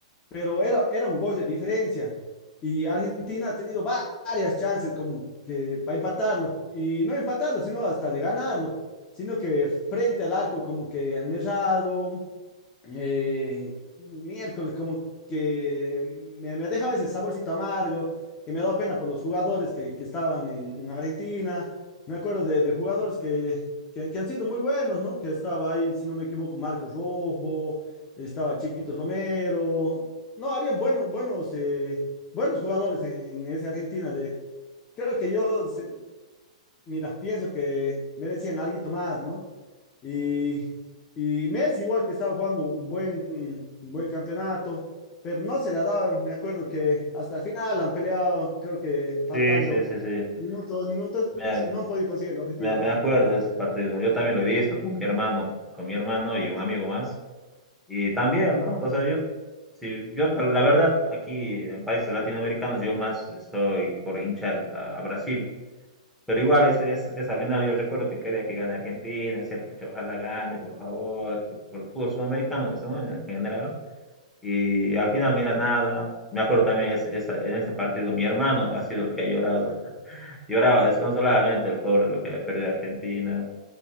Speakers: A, on the left; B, in the centre.
A: pero era, era un gol de diferencia. Y Argentina ha tenido varias chances como que para empatarlo. Y no empatarlo, sino hasta de ganarlo. Sino que frente al arco como que han errado, eh, miércoles, como que me, me deja a veces saborcito amargo, que me ha dado pena por los jugadores que, que estaban en, en Argentina. Me acuerdo de, de jugadores que, que, que han sido muy buenos, ¿no? Que estaba ahí, si no me equivoco, Marcos Rojo, estaba Chiquito Romero. No, habían buenos, buenos, eh, buenos jugadores en, en esa Argentina de. Creo que yo, se- mira, pienso que merecían algo más, ¿no? Y, y Messi igual que estaba jugando un buen, un buen campeonato, pero no se le ha dado, me acuerdo que hasta el final han peleado, creo que faltando
B: Sí, sí, sí, sí.
A: minutos, dos minutos,
B: Me,
A: y no han podido conseguir el objetivo,
B: Me,
A: ¿no?
B: me acuerdo de ese partido. Yo también lo he visto con mi hermano, con mi hermano y un amigo más. Y también, ¿no? O sea, yo, si, yo ta- la verdad, aquí en países latinoamericanos, yo más estoy por hinchar a, a Brasil. Pero igual, es, es, esa final yo recuerdo que quería que gane Argentina, decía, pucha, ojalá gane, por favor, que por el fútbol sudamericano, ¿no? En general. Y al final, mira, nada. Me acuerdo también es- esa- en ese partido, mi hermano ha sido el que ha llorado. <laughs> Lloraba desconsoladamente el pobre, lo que había perdido Argentina.